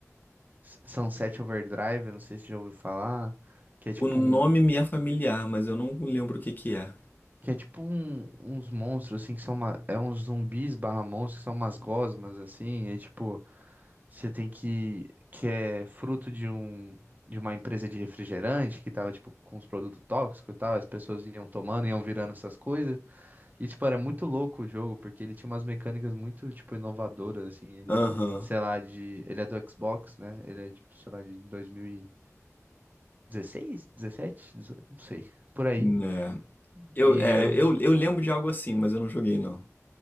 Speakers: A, on the right; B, on the left.
A: S- Sunset Overdrive, eu não sei se já ouviu falar, que é tipo
B: O nome
A: um,
B: me é familiar, mas eu não lembro o que que é.
A: que é tipo um- uns monstros assim que são uma, é uns zumbis barra monstros que são umas gosmas assim, e tipo, você tem que que é fruto de um de uma empresa de refrigerante que tava tipo com uns produtos tóxicos e tal, as pessoas iam tomando, iam virando essas coisas. E tipo, era muito louco o jogo porque ele tinha umas mecânicas muito tipo inovadoras assim, ele
B: Aham,
A: é, sei lá, de ele é do Xbox, né? Ele é tipo, sei lá, de 2000 16 17 18, não sei, por aí.
B: né. Eu,
A: E
B: é,
A: era
B: eu,
A: um,
B: eu lembro de algo assim, mas eu não joguei não.